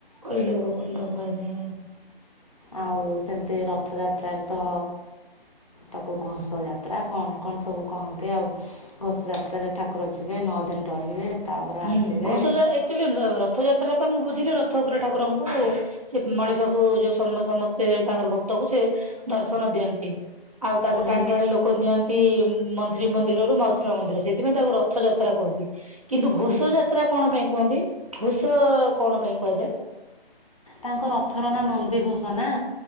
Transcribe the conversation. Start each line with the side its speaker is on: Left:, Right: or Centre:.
Right: କୋଇଲି ବୈକୁଣ୍ଠ କୁହାଯାଏ।
Left: ଆଉ ସେମିତି ରଥଯାତ୍ରାରେ ତ ତାକୁ ଘୋଷ ଯାତ୍ରା କଣ କଣ ସବୁ କହନ୍ତି, ଆଉ ଘୋଷ ଯାତ୍ରାରେ ଠାକୁର ଯିବେ ନଅ ଦିନ ରହିବେ ତାପରେ
Right: ହୁଁ
Left: ଆସିବେ
Right: ଘଛ ଯାଚୁଆଲି ର ରଥଯାତ୍ରା ତ ମୁଁ ବୁଝିଲି ରଥ ଉପରେ ଠାକୁରଙ୍କୁ ସେ ମଣିଷକୁ ଯୋଉ ସମସ୍ତେ ତାଙ୍କର ଭକ୍ତ ତାକୁ ସେ ଦର୍ଶନ ଦିଅନ୍ତି, ଆଉ ତାକୁ
Left: ହୁଁ
Right: ଟାଣି ଟାଣି ଲୋକ ନିଅନ୍ତି ମନ୍ତ୍ରୀ ମନ୍ଦିରରୁ ମାଉସୀମା ମନ୍ଦିର ସେଥିପାଇଁ ତାକୁ ରଥଯାତ୍ରା କୁହନ୍ତି କିନ୍ତୁ
Left: ହୁଁ
Right: ଘୋଷ ଯାତ୍ରା କଣ ପାଇଁ କୁହନ୍ତି, ଘୋଷ କଣ ପାଇଁ କୁହାଯାଏ?
Left: ତାଙ୍କ ରଥର ନାଁ ନନ୍ଦି ଘୋଷ ନା।